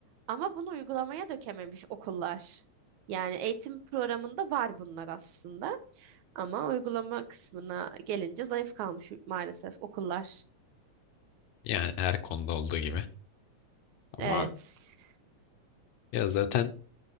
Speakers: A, on the right; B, on the left.
A: Ama bunu uygulamaya dökememiş okullar. Yani eğitim programında var bunlar aslında. Ama uygulama kısmına gelince zayıf kalmış maalesef okullar.
B: yani her konuda olduğu gibi. Ama
A: Evet.
B: ya zaten